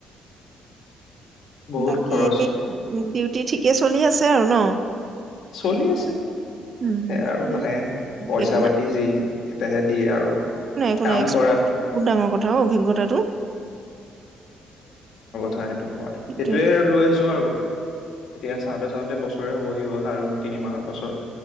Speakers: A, on the left (about 65°); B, on the right (about 45°).
A: বহুত
B: বাকি
A: খৰচ।
B: উম ডিউটি ঠিকে চলি আছে আৰু ন
A: চলি আছে
B: উম
A: সেই আৰু মানে পইচা
B: একো নাই
A: পাতি যি কেতিয়াবা দিয়ে আৰু
B: একো নাই একো
A: কাম
B: নাই এক্সপ্ৰিযেন্সটো
A: কৰাত
B: বহুত ডাঙৰ কথা অ অভিজ্ঞতাটো
A: ঠাক সেইটো হয়
B: সেইটোৱে
A: সেইটোয়ে লৈ আছো আৰু এতিয়া চাওঁতে চাওঁতে বছৰে হব হি হ'ল আৰু তিনি মাহৰ পাছত।